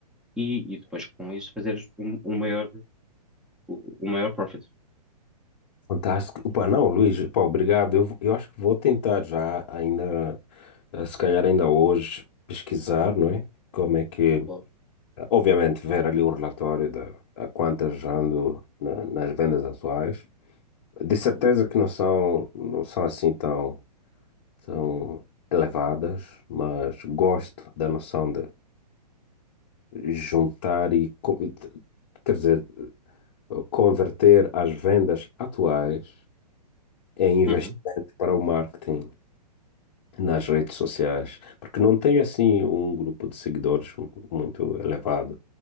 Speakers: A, in the centre; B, on the left (about 45°).
A: e, e depois com isso fazeres um, um maior, um maior profit.
B: Fantástico. Opa, não, Luís, pá, obrigado. Eu, eu acho que vou tentar já, ainda, eh, se calhar ainda hoje, pesquisar, não é? Como é que,
A: Claro.
B: obviamente, ver ali o relatório de a quantas ando na- nas vendas atuais. De certeza
A: Uhum.
B: que não são, não são assim tão, tão elevadas, mas gosto da noção de juntar e, co- quer dizer, converter as vendas atuais em investimento
A: Uhum.
B: para o marketing. nas redes sociais, porque não tenho assim um grupo de seguidores mu- muito elevado,